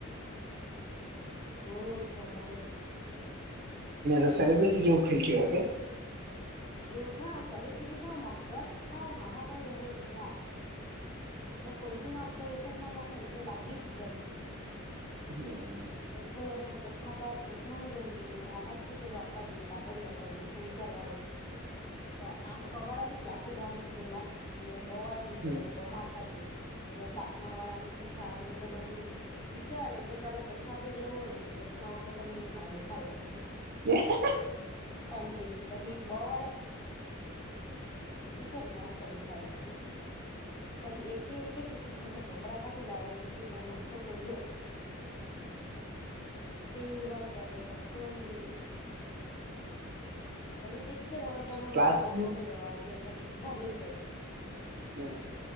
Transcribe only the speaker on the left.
<inaudible> ઓહ ભાઈ
એવું સલબ્રિટી ખા મગજ ખાય માથા પર બે હ એકલા. ને કોઈ બી ને ઓબ્ઝર્વેશન માં જાણી એટલે લાગી જ જાય.
પછ છેલ્લાે મેં ચશ્મા ની ભેરી ગેલી ને એમાં જ તે પેલું આપવા ગેલી કાગળડીઓ આપવા ગેલી શું વિચારવાળો.
તો આઠ અ વાળા બી ક્લાસે બારે ઉભરેલા ને બો વાળા બી ઉભરેલા
બ માં એટલે સાતમા વાળા અને છઠ્ઠા વાળા ને બધા બ ટીચર કે તમે ફેર હોય કે ચશ્મા વગર ત અમે હારા દેખાય એમ કે
એમ કે પછી બ વાર ટીચર મસ્ત દેખાઈ કે પછી એકે એ ત ચાર તમે કપડા ક્યાંથી લાવે એ કે બ મસ્ત પેર
એ વા કરે તકવાની રઈ અહી કે ટીચર આવે તમે અમારામાં
લેક્ચર લેવા આવજો એને બધા બેહી જાય.